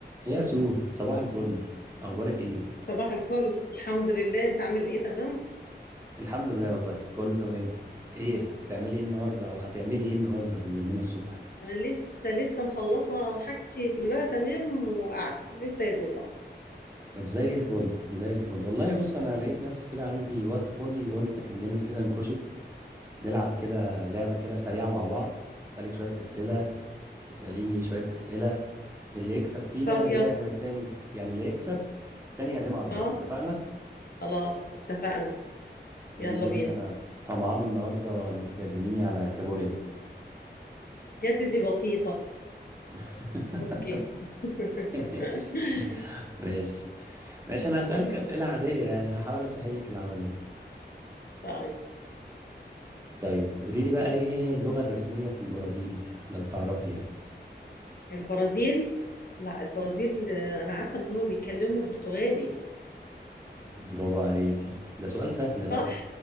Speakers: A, on the right; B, on the left.
A: يا سو صباح الفل اخبارك ايه
B: صباح الفل الحمد لله انت عامل ايه تمام
A: الحمد لله والله كله تمام ايه بتعملي ايه النهارده او هتعملي ايه النهارده بما اننا الصبح
B: انا لسه لسه مخلصه حاجتي كلها تمام وقاعده لسه يا دوب اهو.
A: طب زي الفل زي الفل والله بص انا لقيت نفسي كده عندي وقت فاضي قلت اكلمك كده نكشك نلعب كده لعبه كده سريعه مع بعض اسالك شويه اسئله تساليني شويه اسئله اللي يكسب فينا
B: طب يلا
A: يعزم التاني يعني اللي يكسب التاني يعزمه على الغدا
B: اه
A: اتفقنا
B: خلاص اتفقنا
A: بيني
B: يلا
A: وبينك
B: بينا
A: انا طمعان النهارده انك تعزميني على كابوريا
B: يا سيدي بسيطه
A: <laughs>
B: اوكي <laughs>
A: ماشي ماشي ماشي انا هسألك أسئلة عادية يعني هحاول اسهل لك العملية
B: طيب
A: طيب قولي لي بقى ايه هي اللغة الرسمية في البرازيل لو تعرفي يعني
B: البرازيل لا البرازيل آه، انا عارفه ان هم بيتكلموا برتغالي
A: برافو عليكي ده سؤال سهل
B: صح
A: بقى